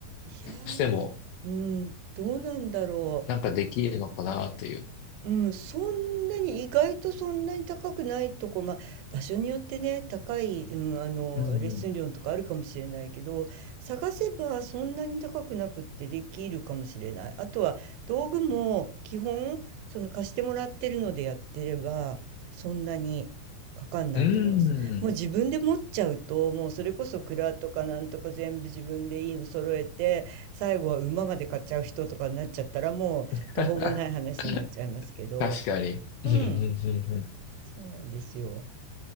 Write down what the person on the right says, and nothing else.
いやー、
うん、どうなんだろう。
うん、そんなに、意外とそんなに高くないとこ、まあ、場所によってね、高い、うん、あの、
レッスン料とかあるかもしれないけど、探せばそんなに高くなくってできるかもしれない。あとは道具も基本、その、貸してもらってるのでやってれば、そんなにかかんないと思います。
もう自分で持っちゃうと、もうそれこそ蔵とかなんとか全部自分でいいの揃えて、最後は馬まで買っちゃう人とかになっちゃったら、もう途方もない話になっちゃいますけど、
うん、
そうなんですよ。